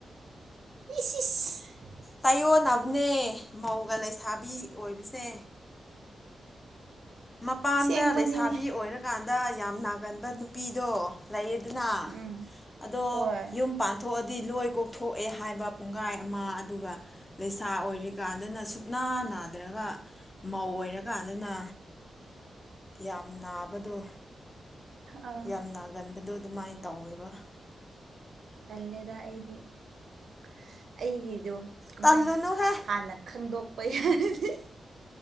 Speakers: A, on the right; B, on the left.
A: ꯏꯁ ꯁ <unintelligible>
B: ꯇꯥꯏꯌꯣꯟꯅꯕꯅꯦ ꯃꯧꯒ ꯂꯩꯁꯥꯕꯤ ꯑꯣꯏꯕꯁꯦ ꯃꯄꯥꯝꯗ
A: ꯑꯁꯦꯡꯕꯅꯤꯅꯦ
B: ꯂꯩꯁꯥꯕꯤ ꯑꯣꯏꯔ ꯀꯥꯟꯗ ꯌꯥꯝ ꯅꯥꯒꯟꯕ ꯅꯨꯄꯤꯗꯣ ꯂꯩꯌꯦꯗꯅ
A: ꯎꯝ
B: ꯑꯗꯣ
A: ꯍꯣꯏ
B: ꯌꯨꯝ ꯊꯣꯛꯑꯗꯤ ꯂꯣꯏ ꯄꯣꯛꯊꯣꯛꯑꯦ ꯍꯥꯏꯕ ꯄꯨꯡꯒꯥꯏ ꯑꯃ ꯑꯗꯨꯒ ꯂꯩꯁꯥ ꯑꯣꯏꯔꯤꯀꯥꯟꯗꯅ ꯁꯨꯞꯅꯥ ꯅꯥꯗ꯭ꯔꯒ ꯃꯧ ꯑꯣꯏꯔꯀꯥꯟꯗꯅ ꯌꯥꯝ ꯅꯥꯕꯗꯣ
A: ꯑꯥ
B: ꯌꯥꯝ ꯅꯥꯒꯟꯕꯗꯣ ꯑꯗꯨꯃꯥꯏꯅ ꯇꯧꯋꯦꯕ
A: ꯇꯜꯂꯦꯗ ꯑꯩꯗꯤ-ꯑꯩꯒꯤꯗꯣ ꯀꯃꯥꯏꯅ
B: ꯇꯜꯂꯨꯅꯨꯍꯦ
A: ꯍꯥꯟꯅ ꯈꯪꯗꯣꯛꯄ ꯌꯥꯔꯗꯤ